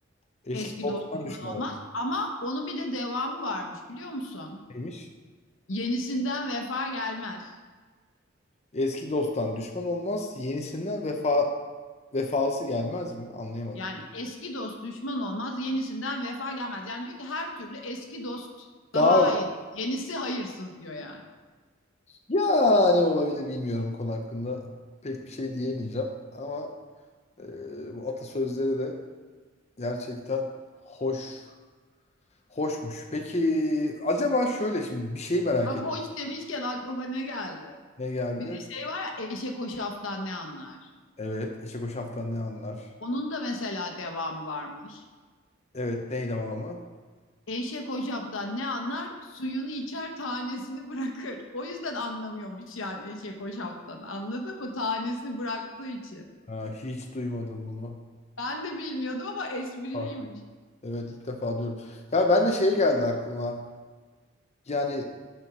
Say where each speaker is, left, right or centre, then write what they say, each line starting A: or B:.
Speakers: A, on the left; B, on the left.
A: eski
B: Eski
A: Osman
B: dost düşman
A: düşmanı
B: olmaz. Ama onun bir de devamı varmış biliyor musun?
A: neymiş?
B: Yenisinden vefa gelmez.
A: Eski dosttan düşman olmaz, yenisinden vefa vefalısı gelmez mi? Anlayamadım.
B: Yani eski dost düşman olmaz, yenisinden vefa gelmez. Yani diyor ki her türlü eski dost
A: Daha
B: daha
A: iyi.
B: iyi. Yenisi hayırsız diyor yani.
A: yani olabilir bilmiyorum bu konu hakkında. Pek bir şey diyemeyeceğim ama e, bu atasözleri de gerçekten hoş hoşmuş. Peki acaba şöyle şimdi bir şey merak
B: Bak
A: ettim.
B: hoş demişken aklıma ne geldi?
A: Ne geldi?
B: Bir de şey var ya eşek hoşaftan ne anlar?
A: Evet, eşek o şaftan ne anlar?
B: Onun da mesela devamı varmış.
A: Evet, ney devamı?
B: Eşek hoşaftan ne anlar? Suyunu içer, tanesini bırakır. O yüzden anlamıyormuş yani eşek hoşaftan. Anladın mı? Tanesini bıraktığı için.
A: Ha, hiç duymadım bunu.
B: Ben de bilmiyordum ama espriliymiş.
A: Ah. Evet ilk defa diyorum. Ya ben de şey geldi aklıma. Yani